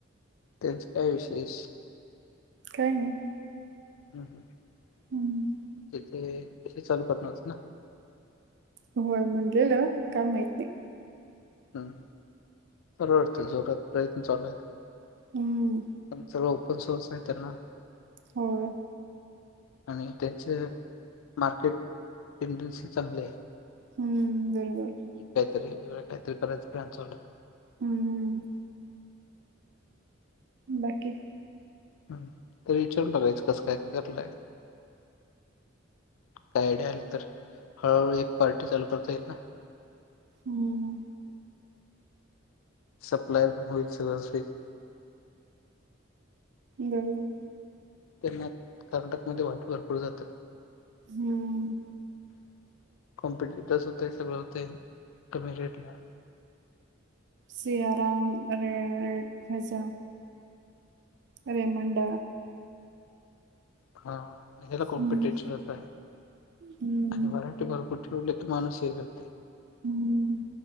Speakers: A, on the left (about 80°); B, on the right (about 55°).
A: त्यांच काय विशेष.
B: काय नाही.
A: <unintelligible>
B: हम्म होय म्हटलेलं काय माहित नाही.
A: हम्म, बरोबर ते जोरात प्रयत्न चालूय.
B: हम्म.
A: <unintelligible> सोर्स आहे त्यांना.
B: होय.
A: आणि त्यांच मार्केट टेंडन्सी चांगली आहे.
B: हम्म बरोबर.
A: काहीतरी वगळं काहीतरी करायंच प्लान चालू आहे.
B: हम्म. बाकी.
A: हम् तरी विचारून बघाच कस काय कारालाय. काय आयडिया आली तर, हळूहळू एक पार्टी चालू करता येईल ना.
B: हम्म.
A: सप्लाय पण होईल सगळच हुईल.
B: बरोबर.
A: त्यांना कर्नाटकमध्ये वाईट भरपूर जातात,
B: हम्म
A: <unintelligible> कॉम्पिटेटस होते सगळं होते, कमी रेट ला.
B: Siyaram <unintelligible> hedge Raymond.
A: हा. हेला कॉम्पिटेशिन
B: हम्म
A: अस हाय,
B: हम्म
A: आणि मराठी भरपूर ठेवले तर माणूस हे करतय.
B: हम्म.